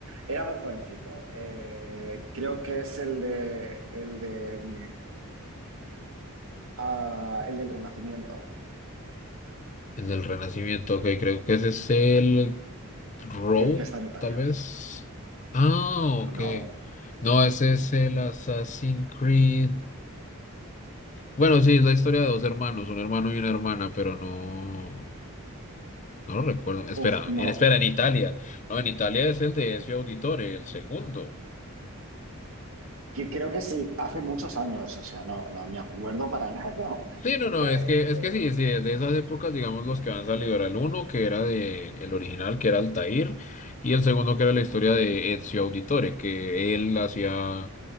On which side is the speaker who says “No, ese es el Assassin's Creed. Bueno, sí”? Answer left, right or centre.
Left